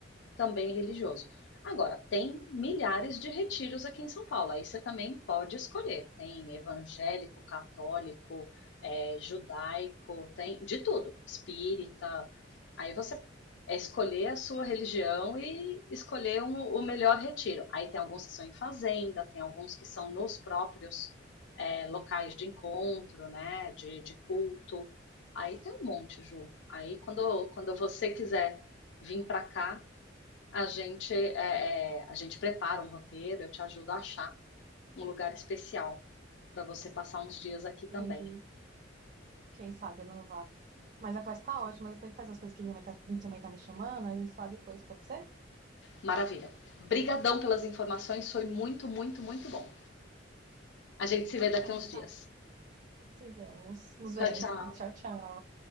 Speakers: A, on the left (about 65°); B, on the right (about 45°).
A: também religioso. Agora, tem milhares de retiros aqui em São Paulo, aí você também pode escolher. Tem evangélico, católico, é, judaico, tem de tudo, espírita. Aí você é escolher a sua religião e escolher um- o melhor retiro. Aí tem alguns que são em fazenda, tem alguns que são nos próprios é, locais de encontro, né, de, de culto. Aí tem um monte, Ju. Aí quando, quando você quiser vir para cá, a gente, é, é, a gente prepara um roteiro, eu te ajudo a achar um lugar especial para você passar uns dias aqui também.
B: Entendi. Quem sabe eu não vá. Mas a conversa tá ótima, mas eu tenho que fazer as coisas que minha mãe, tá, minha mãe tá me chamando, a gente fala depois, pode ser?
A: Maravilha. Brigadão pelas informações, foi muito, muito, muito bom. A gente se vê daqui
B: Então,
A: a uns dias.
B: tá, se vemos. Nos
A: Tchau,
B: vemos,
A: tchau.
B: sim. Tchau, tchau.